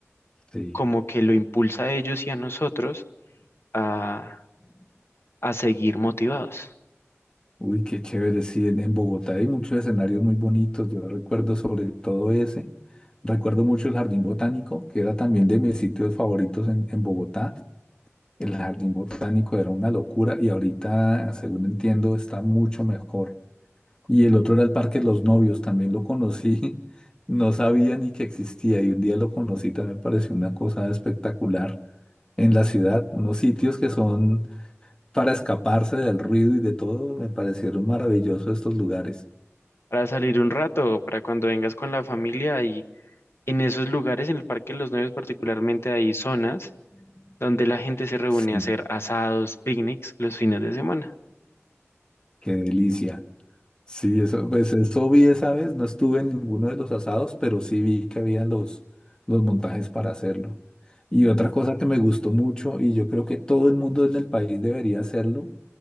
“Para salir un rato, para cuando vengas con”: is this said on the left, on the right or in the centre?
Left